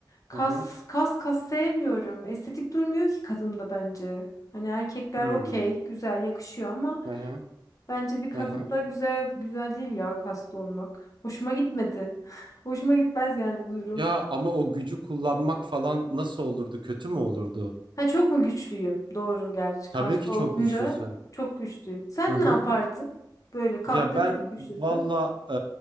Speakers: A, on the left (about 45°); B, on the right (about 80°).
A: kas
B: hı hı.
A: kas kas sevmiyorum. Estetik durmuyor ki kadında bence. Hani erkekler
B: Hmm.
A: okey, güzel yakışıyor ama
B: Hı hı
A: bence bir kadında
B: hı hı.
A: güzel güzel değil ya kaslı olmak. Hoşuma gitmedi. <laughs> Hoşuma gitmez yani bu durum.
B: Ya ama o gücü kullanmak falan nasıl olurdu? Kötü mü olurdu?
A: Ha çok mu güçlüyüm? Doğru gerçi.
B: Tabii
A: Kaslı
B: ki çok
A: olunca
B: güçlüsün.
A: çok güçlüyüm. Sen
B: Hı hı.
A: ne yapardın? Böyle kalktın
B: Ya ben
A: çok güçlüsün.
B: valla e,